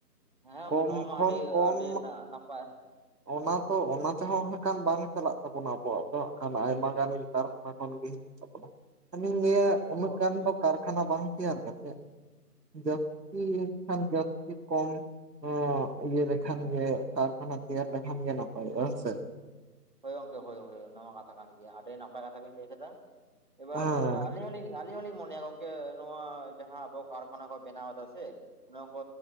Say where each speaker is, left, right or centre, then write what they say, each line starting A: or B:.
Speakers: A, on the right; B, on the right.
A: ᱦᱮᱸ ᱜᱚᱝᱠᱮ
B: ᱠᱚᱢ
A: ᱱᱚᱣᱟ ᱢᱟ
B: ᱠᱷᱚᱱ
A: ᱟᱹᱰᱤ
B: ᱠᱚᱢ
A: ᱟᱹᱰᱤ ᱱᱟᱯᱟᱭ
B: ᱚᱱᱟ ᱛᱚ ᱚᱱᱟ ᱛᱮᱦᱚᱸ ᱦᱟᱸᱜ ᱠᱷᱟᱱ ᱵᱟᱝ ᱪᱟᱞᱟᱜ ᱛᱟᱵᱚᱱᱟ ᱟᱵᱚᱣᱟᱜ ᱫᱚ ᱦᱟᱸᱜ ᱠᱷᱟᱱ ᱟᱭᱢᱟ ᱜᱟᱱ ᱜᱮ ᱠᱟᱨᱟᱱᱟ ᱠᱷᱚᱱᱜᱮ <unintelligible> ᱞᱟᱹᱭᱟ
A: ᱦᱳᱭ
B: ᱩᱱᱟᱹᱜ ᱜᱟᱱ ᱫᱚ ᱠᱟᱨᱠᱷᱟᱱᱟ ᱵᱟᱝ ᱛᱮᱭᱟᱨ ᱠᱟᱛᱮᱫ ᱡᱻ ᱦᱮᱸ ᱠᱷᱟᱱ ᱡᱟᱹᱥᱛᱤ ᱠᱚᱢ ᱦᱳ ᱤᱭᱟᱹ ᱞᱮᱠᱷᱟᱱ ᱜᱮ ᱠᱟᱨᱠᱷᱟᱱᱟ ᱛᱮᱭᱟᱨ ᱞᱮᱠᱷᱟᱱ ᱜᱮ ᱱᱟᱯᱟᱭ ᱦᱮᱸᱥᱮ
A: ᱦᱳᱭ ᱜᱚᱝᱠᱮ ᱦᱳᱭ ᱦᱳᱭ ᱚᱱᱟ ᱢᱟ ᱠᱟᱛᱷᱟ ᱠᱟᱱ ᱜᱮᱭᱟ ᱟᱹᱰᱤ ᱱᱟᱯᱟᱭ ᱠᱟᱛᱷᱟ ᱵᱤᱱ ᱞᱟᱹᱭ ᱠᱟᱫᱟ ᱮᱵᱟᱨ
B: ᱦᱮᱸ
A: ᱟᱹᱞᱤᱧ ᱦᱚᱸᱞᱤᱧ ᱟᱹᱞᱤᱧ ᱦᱚᱞᱤᱧ ᱢᱚᱱᱮᱭᱟ ᱜᱚᱝᱠᱮ ᱱᱚᱣᱟ ᱡᱟᱦᱟᱸ ᱟᱵᱚ ᱠᱟᱨᱠᱷᱟᱱᱟ ᱠᱚ ᱵᱮᱱᱟᱣ ᱫᱟ ᱥᱮ ᱚᱱᱟ ᱠᱚ